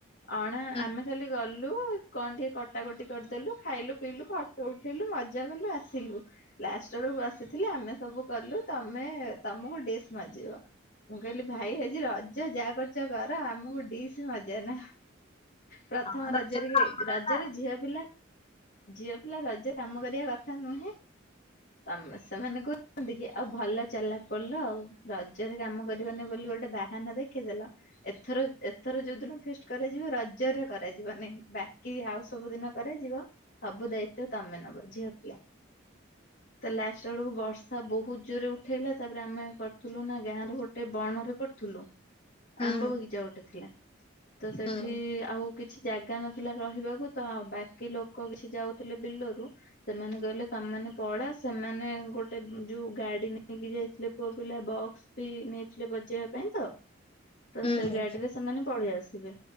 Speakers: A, on the left; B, on the left.
A: ଅଣା
B: ହୁଁ
A: ଆମେ ଖାଲି ଗଲୁ, କଣ ଟିକେ କଟାକଟି କରିଦେଲୁ, ଖାଇଲୁ ପିଇଲୁ, ଫଟୋ ଉଠେଇଲୁ, ମଜା କଲୁ ଆସିଲୁ। ଲାଷ୍ଟ ବେଳକୁ ବସିଥିଲେ ଆମେ ସବୁ କଲୁ, ତମେ ତମକୁ ଡିସ୍ ମାଜିବ। ମୁଁ କହିଲି ଭାଇ, ଆଜି ରଜ ଯାହା କରୁଚ କର ଆମକୁ ଡିସ୍ ମଜାନା। ପ୍ରଥମ
B: ହଁ ରଜ
A: ରଜରେ କିଏ
B: ଆମର
A: ରଜରେ
B: ନା
A: ଝିଅ ପିଲା ଝିଅ ପିଲା ରଜ କାମ କରିବା କଥା ନୁହେଁ ତ ଆମେ ସେମାନେ କହୁଛନ୍ତି କି, ଆଉ ଭଲ ଚାଲାକ ପଡ଼ିଲ ଆଉ। ରଜରେ କାମ କରିବନି ବୋଲି ଗୋଟେ ବାହାନା ଦେଖେଇଦେଲ। ଏଥର ଏଥର ଯୋଉ ଦିନ ଫିଷ୍ଟ କରାଯିବ, ରଜରେ କରାଯିବନେହିଁ। ବାକି ଆଉ ସବୁ ଦିନ କରାଯିବ ସବୁ ଦାୟିତ୍ଵ ତମେ ନବ ଝିଅ ପିଲା। ତ ଲାଷ୍ଟ ବେଳକୁ ବର୍ଷା ବହୁତ ଜୋରରେ ଉଠେଇଲା ତାପରେ ଆମେ କରୁଥିଲୁ ନା ଗାଁରେ ଗୋଟେ ବଣରେ କରୁଥିଲୁ।
B: ହୁଁ
A: ଆମ୍ବ ବଗିଚା ଗୋଟେ ଥିଲା। ତ ସେଠି
B: ହୁଁ
A: ଆଉ କିଛି ଜାଗା ନଥିଲା ରହିବାକୁ, ତ ଆଉ ବାକି ଲୋକ କିଛି ଯାଉଥିଲେ ବିଲରୁ। ସେମାନେ କହିଲେ ତମେମାନେ ପଳା ସେମାନେ ଗୋଟେ ଯୋଉ ଗାଡି ନେଇକି ଯାଇଥିଲେ ପୁଅ ପିଲା ବକ୍ସ। ବି ନେଇଥିଲେ ବଜେଇବା ପାଇଁ ତ ତ
B: ହୁଁ
A: ସେ
B: ହୁଁ।
A: ଗାଡିରେ ସେମାନେ ପଳେଇ ଆସିବେ।